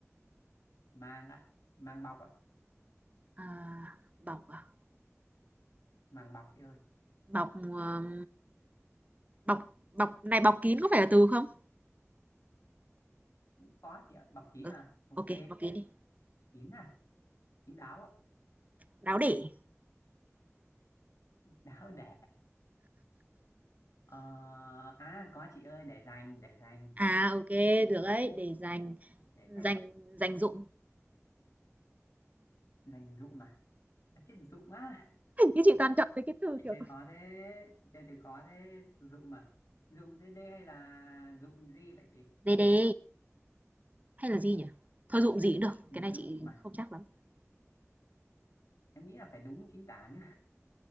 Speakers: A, on the left; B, on the right.
A: màng ạ màng bọc ạ
B: Ờ, bọc à?
A: màng bọc chị ơi
B: Bọc, ờm, bọc bọc này bọc kín có phải là từ không?
A: có chị ạ bọc kín
B: Ừ,
A: à ok
B: ô bọc kín đi.
A: kín à kín đáo ạ
B: Đáo để.
A: <laughs> đáo để ờ, à có chị ơi để dành để dành
B: À, ok được đấy, để dành
A: để
B: dành
A: dành
B: dành dụm.
A: dành dụ mà à, chết dụ á
B: Chứ chị toàn chọn mấy cái từ
A: chị
B: kiểu
A: chơi khó thế chị chơi từ khó thế dụ mà dụ dưới đây hay là dụ gì vậy chị
B: đê đê hay là gì nhỉ? Thôi dụng gì cũng được,
A: dụ
B: cái này chị
A: mà
B: không chắc lắm.
A: em nghĩ là phải đúng chính tả nữa